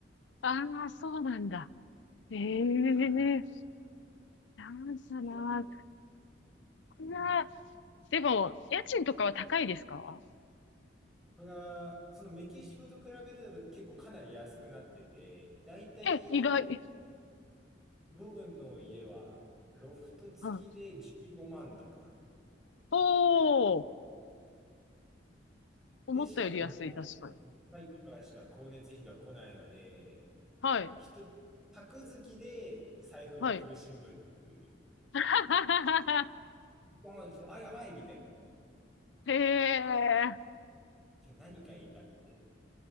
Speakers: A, on the left (about 75°); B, in the centre.
A: ああ、そうなんだ。ええ
B: はい。
A: なんだな。
B: けどまあ、
A: こんな、
B: うん。
A: でも、家賃とかは高いですか
B: これが、そのメキシコと比べてだと結構かなり安くなってて、だいたい
A: え、意外。
B: 僕の家はロフト付きで15万とか。
A: はい。おー。思ったより安い、
B: で、しかも2ヶ月に1回とかしか光熱費が来ないので、
A: 確かに。はい。
B: 人、宅付きで財布が苦しむっていう。
A: はい。<laughs>
B: ボーンに来て、あ、やばいみたいな。
A: へえ。
B: 今日何かいいかって。